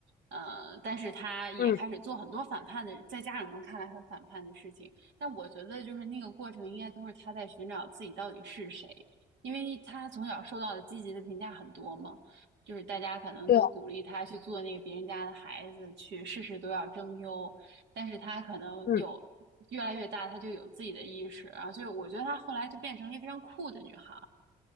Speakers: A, on the right; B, on the left.
A: 呃，但是他也开始做很多反叛的，
B: 嗯，
A: 在家长们看来很反叛的事情，但我觉得就是那个过程应该都是他在寻找自己到底是谁，因为他从小受到的积极的评价很多嘛。就是大家可能都鼓励他去做那个别人家的孩子，
B: 对，
A: 去事事都要争优，但是他可能有越来越大，
B: 嗯，
A: 他就有自己的意识啊，所以我觉得他后来就变成了一个非常酷的女孩。